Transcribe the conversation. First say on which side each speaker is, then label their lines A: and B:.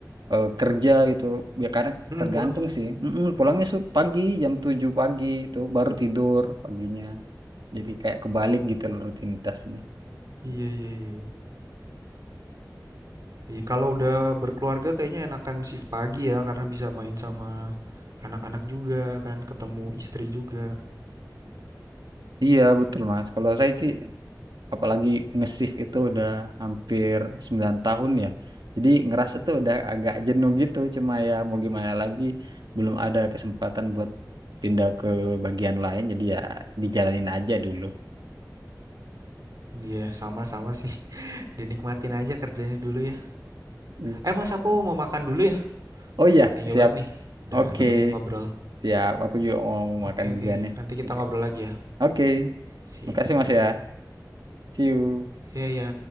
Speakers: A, on the right (about 85°); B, on the right (about 60°).
A: eh, kerja gitu. Ya kadang
B: Hmm,
A: tergantung
B: pulang ya?
A: sih. Mm-mm, pulangnya su- pagi, jam 7 pagi itu baru tidur paginya. Jadi kayak kebalik gitu loh rutinitasnya.
B: Iya iya iya. Iya, kalau udah berkeluarga kayaknya enakan shift pagi ya karena bisa main sama anak-anak juga kan, ketemu istri juga.
A: Iya betul Mas. Kalau saya sih apalagi nge-shift itu udah hampir 9 tahun ya. Jadi ngerasa tuh udah agak jenuh gitu, cuma ya mau gimana lagi belum ada kesempatan buat pindah ke bagian lain jadi ya dijalanin aja dulu.
B: Iya, sama-sama sih. <laughs> Dinikmatin aja kerjanya dulu ya.
A: Iya.
B: Eh, Mas, aku mau makan dulu ya.
A: Oh iya,
B: Thank you
A: siap.
B: banget nih udah
A: Oke,
B: nemenin ngobrol.
A: siap. Aku juga mau makan
B: Oke, oke.
A: juga nih.
B: Nanti kita
A: Oke.
B: ngobrol lagi ya.
A: Oke.
B: Sip.
A: Makasih Mas ya. See you.
B: Iya, ya.